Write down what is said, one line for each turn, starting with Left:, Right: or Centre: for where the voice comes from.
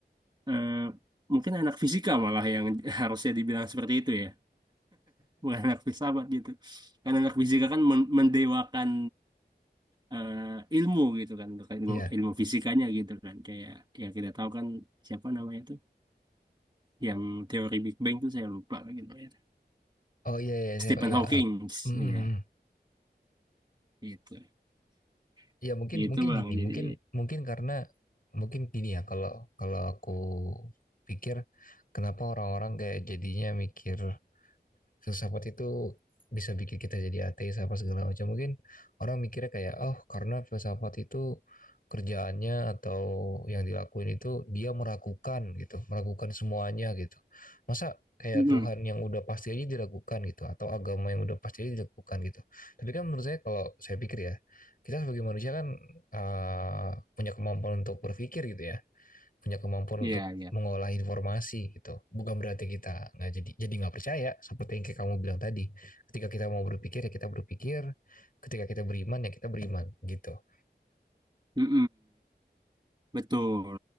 Right: eh, mungkin anak fisika malah yang <laughs> harusnya dibilang seperti itu ya bukan <laughs> anak filsafat gitu karena anak fisika kan men- mendewakan eh, ilmu gitu kan bukan ilmu,
Left: Iya.
Right: ilmu fisikanya gitu kan kayak ya kita tahu kan siapa namanya tuh yang teori Big Bang tuh saya lupa gitu ya
Left: Oh iya iya
Right: Stephen
Left: iya. iya.
Right: Hawking
Left: Mm,
Right: ya
Left: mm.
Right: itu, <laughs>
Left: Ya mungkin
Right: gitu
Left: mungkin
Right: bang
Left: gini,
Right: jadi
Left: mungkin mungkin karena mungkin gini ya kalau kalau aku pikir kenapa orang-orang kayak jadinya mikir filsafat itu bisa bikin kita jadi ateis apa segala macam. Mungkin orang mikirnya kayak, oh karena filsafat itu kerjaannya atau yang dilakuin itu dia meragukan gitu, meragukan semuanya gitu. Masa kayak
Right: mm
Left: Tuhan yang udah pasti aja diragukan gitu, atau agama yang udah pasti aja diragukan gitu. Tapi kan menurut saya kalau saya pikir ya, kita sebagai manusia kan uh, punya kemampuan untuk berpikir gitu ya punya kemampuan
Right: ya
Left: untuk mengolah informasi gitu. Bukan berarti kita nggak jadi jadi nggak percaya seperti yang kayak kamu bilang tadi. Ketika kita mau berpikir ya kita berpikir, ketika kita beriman ya kita beriman gitu.
Right: ya Betul.